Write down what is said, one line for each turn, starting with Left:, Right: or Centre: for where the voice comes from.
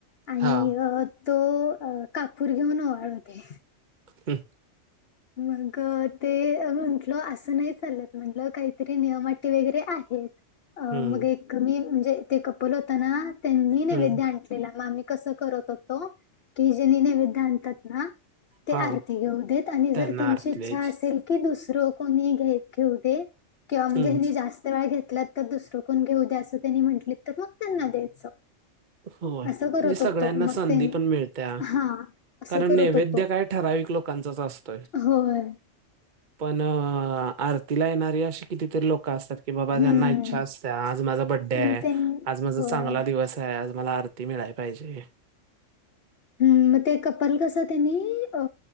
Left: आणि
Right: हा
Left: अ तो अ कापूर घेऊन ओवाळू होते
Right: हम्!
Left: मग ते म्हण म्ह अस नाही चालत म्हटलं काहीतरी नियमट वगैरे आहेत
Right: हम्म
Left: मग कमी म्हणजे ते कपल होताना त्यांनी
Right: हम्म
Left: नैवेद आणलेलं मग आम्ही कसं करत होतो केि जणी नैवेद आणतात ना ते
Right: हा
Left: आरती घेऊ देत आणि जर
Right: त्यांना
Left: त्यांची
Right: आरती
Left: इच्छा
Right: द्यायची
Left: असेल की दुसरं कोणी घ घेऊ दे किंवा म्हणजे
Right: हम्म
Left: हिनी जास्त वेळा घेतल्यात तर दुसरं कोण घेऊ द्या असं त्यांनी म्हटली तर मग त्यांना द्यायचं
Right: होय! म्हणजे
Left: असं करत
Right: सगळ्यांना
Left: होतो मग
Right: संधी
Left: ते
Right: पण मिळत्या
Left: हा असं
Right: कारण
Left: करत
Right: नैवेद्य
Left: होतो
Right: काय ठराविक लोकांचाच असतोय
Left: होय
Right: पण अ आरतीला येणारी अशी कितीतरी लोक असतात की बाबा
Left: हम्म.
Right: ज्यांना इच्छा असत्या आज माझा बड्डे आहे
Left: हम्म, त्यां
Right: आज माझा
Left: होय.
Right: चांगला दिवस ज मला आरती मिळाली पाहिजे.
Left: हम्म मग ते कपल कस त्यांनी अ